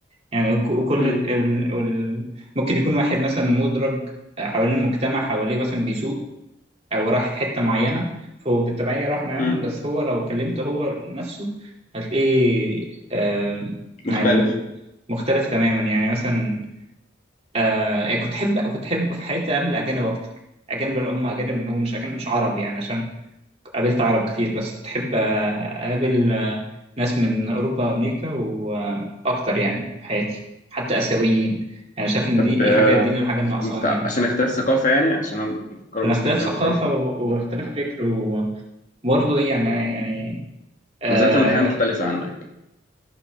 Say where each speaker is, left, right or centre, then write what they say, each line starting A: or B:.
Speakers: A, on the right; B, on the left.
A: يعني ك- وكل
B: امم
A: ال... ال... ال... ممكن يكون واحد مثلا مدرج حوالين المجتمع حواليه مثلا بيسوق او راح في حته معينه فهو بالتبعيه راح معاهم
B: امم
A: بس هو لو كلمته هو نفسه هتلاقيه آم، يعني
B: مختلف
A: مختلف تماما يعني مثلا آه، يعني كنت احب كنت احب في حياتي قبل اجانب اكتر اجانب اللي هم اجانب اللي هم مش أجانب مش عرب يعني عشان قابلت عرب كتير بس كنت احب آه، اقابل آه، ناس من اوروبا وامريكا واكتر يعني في حياتي حتى اسيويين يعني شايف ان
B: طب
A: دي دي
B: آه،
A: حاجه دي الحاجه اللي ناقصاني
B: مخت... عشان
A: يعني
B: اختلاف ثقافه يعني عشان هم بيفكروا
A: عشان
B: مثلا
A: اختلاف
B: بطريقه
A: ثقافة
B: مختلفه
A: و- واختلاف فكر و- وبرضه إيه يعني يعني آه
B: نظرتهم للحياه مختلفه عنك